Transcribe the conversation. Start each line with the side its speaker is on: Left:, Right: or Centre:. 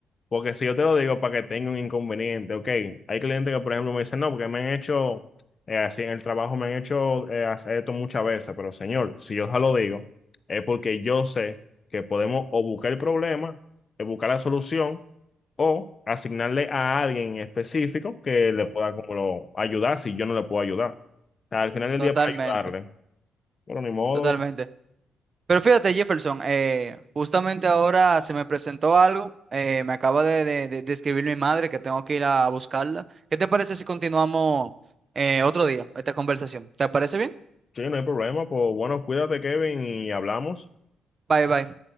Left: Porque si yo te lo digo para que tenga un inconveniente, ok. Hay clientes que, por ejemplo, me dicen, no, porque me han hecho, eh, así en el trabajo me han hecho eh, hacer esto muchas veces, pero señor, si yo ya lo digo, es porque yo sé que podemos o buscar el problema, eh, buscar la solución, o asignarle a alguien en específico que le pueda como lo- ayudar si yo no le puedo ayudar. O sea, al final del
Right: Totalmente,
Left: día para ayudarle. Bueno, ni modo,
Right: totalmente. Pero fíjate, Jefferson, eh, justamente ahora se me presentó algo. eh, me acaba de, de- de- de escribir mi madre que tengo que ir a, a buscarla. ¿Qué te parece si continuamos eh, otro día esta conversación? ¿Te parece bien?
Left: sí, no hay problema, pues bueno, cuídate, Kevin, y hablamos.
Right: Bye, bye.